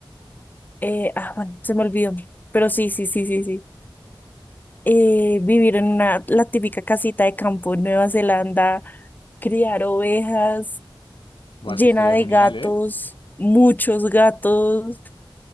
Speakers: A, on the left; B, on the left.
A: Eh, ah, bueno, se me olvidó. Pero sí, sí, sí, sí, sí. Eh, vivir en una, la típica casita de campo en Nueva Zelanda, criar ovejas,
B: Buah,
A: llena
B: eso estaría
A: de
B: genial,
A: gatos,
B: ¿eh?
A: muchos gatos,